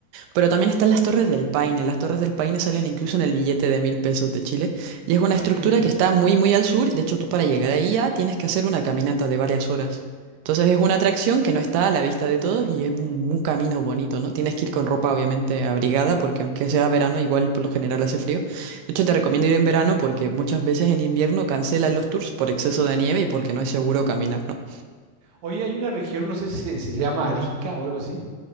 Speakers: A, on the right (about 80°); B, on the right (about 60°).
A: Pero también están las Torres del Paine. Las Torres del Paine salen incluso en el billete de mil pesos de Chile. Y es una
B: Ah,
A: estructura
B: qué bien.
A: que está muy, muy al sur. De hecho, tú para llegar ahí ya tienes que hacer una caminata de varias horas. Entonces es una atracción que no está a la vista de todos y es un, un camino bonito, ¿no? Tienes que ir con ropa obviamente abrigada porque aunque sea verano, igual por lo general hace frío. De hecho, te recomiendo ir en verano porque muchas veces en invierno cancelan los tours por exceso de nieve y porque no es seguro caminar, ¿no?
B: Oye, hay una región, no sé si se, se llama Arica o algo así.